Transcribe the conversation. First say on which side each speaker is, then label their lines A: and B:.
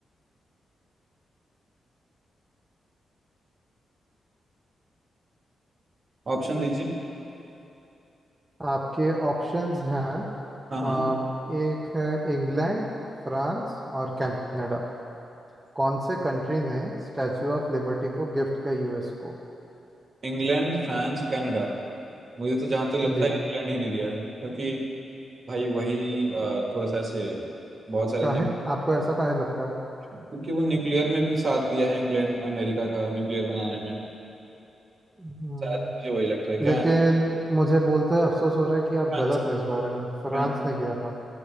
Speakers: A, on the right; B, on the right.
A: ऑप्शन दीजिए
B: आपके ऑप्शंस हैं
A: हाँ हाँ
B: अम, एक है इंग्लैंड फ्रांस और कनाडा कौन से कंट्री ने स्टैच्यू ऑफ लिबर्टी को गिफ्ट किया यूएस को
A: England France Canada मुझे तो जहाँ तक लगता
B: जी
A: है इंग्लैंड ही नहीं दिया है क्योंकि भाई वही अ, थोड़ा सा ऐसे बहुत सारे
B: काहे
A: न्यू-
B: आपको ऐसा काहे लगता है
A: क्योंकि वो न्यूक्लियर में भी साथ दिया है इंग्लैंड अमेरिका का न्यूक्लियर बनाने में
B: हम्म,
A: शायद मुझे वही लगता है क्या
B: लेकिन
A: है
B: मुझे बोलते हुए अफसोस हो रहा है कि आप
A: फ्रांस
B: गलत हो इस बारे में फ्रांस
A: फ्रांस
B: ने किया था